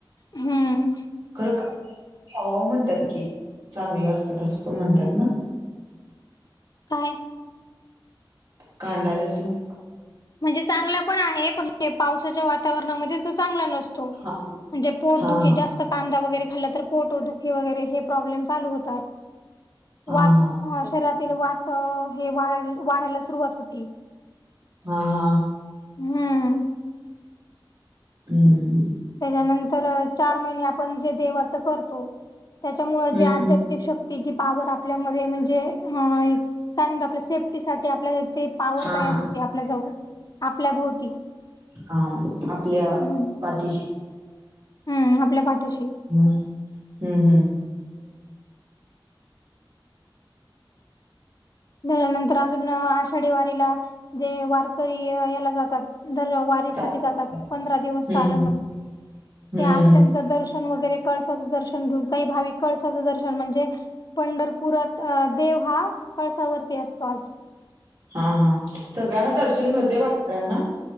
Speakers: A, on the left (about 50°); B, on the right (about 55°).
A: हम्म
B: खरं का ओव्या म्हणतात की, चांगलं असत असं पण म्हणतात ना.
A: काय?
B: कांदा लसून.
A: म्हणजे चांगला पण आहे. पण हे पावसाच्या वातावरणामध्ये तो चांगला नस तो.
B: हा
A: म्हणजे पोटदुी
B: हा हा
A: जास् स्त कांदा वगैरे खल्ला तर पोटो दुखी वगैरे हे प्रॉब्लेम चालू होतात.
B: हा
A: वात,
B: हा
A: शरीरातील वात हे वाढ वाढायला सुरुवात होती.
B: हा हा.
A: हम्म.
B: हम्म.
A: त्याच्यानंतर चार महिने आपण जे देवाच करतो. त्याच्यामुळे
B: हम्म
A: जे आध्यात शक्ती जी पॉवर आपल्यामध्ये, म्हणजे अ काय म्हणतो आपल्या सेफ्टी साठी ती पॉवर
B: हा हा
A: होते आपल्या जवळ. आपल्या भोवती.
B: हा, आपल्या
A: हम्म
B: पाठीशी.
A: हम्म, आपल्या पाठीशी.
B: हम्म, हम्म हम्म.
A: त्याच्यानंतर अजून आषाढी वारीला जे वारकरी याला जातात. दर वारीसाठी
B: चालेल
A: जातात. पंधरा दिवस
B: हम्म
A: चाल मग ते
B: हम्म
A: आज त्यांचं दर्शन वगैरे, कळसाचं दर्शन घेऊन. काही भाविक कळसाचं दर्शन म्हणजे पंढरपुरात अ देव हा कळसावरती असतो आज.
B: हा हा. सगळ्यांना दर्शन मिळते? वाऱ्यांना?